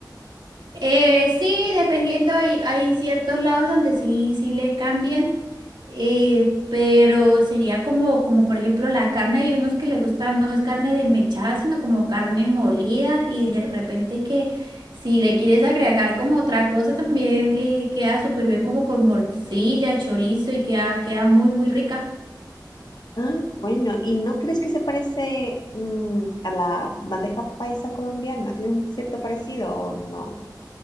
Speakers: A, on the right; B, on the left.
A: Eh, sí, dependiendo, hay, hay ciertos lados donde sí, sí le cambian, eh, pero sería como, como por ejemplo la carne, hay unos que les gusta, no es carne desmechada, sino como carne molida y de repente que si le quieres agregar como otra cosa también eh, queda súper bien como con morcilla, chorizo y queda, queda muy, muy rica.
B: Ah, bueno, ¿y no crees que se parece mm, a la bandeja paisa colombiana? ¿Tiene un cierto parecido o no?